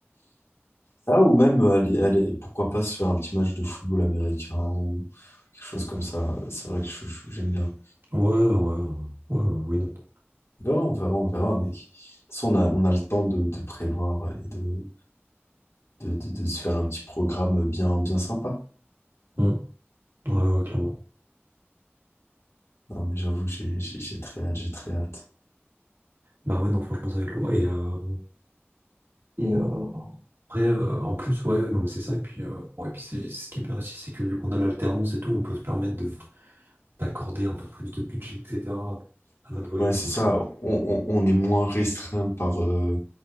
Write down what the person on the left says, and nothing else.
Ah, ou même, euh, aller, aller, pourquoi pas se faire un petit match de football américain ou quelque chose comme ça. C'est vrai que je- je- j'aime bien.
On verra, on verra, on verra, mec. De toute façon, on a, on a le temps de, de prévoir et de, de, de- de se faire un petit programme bien, bien sympa.
Non, mais j'avoue que j'ai j'ai- j'ai très hâte, j'ai très hâte.
Ouais, c'est
ça.
On, on- on est moins restreint par, euh,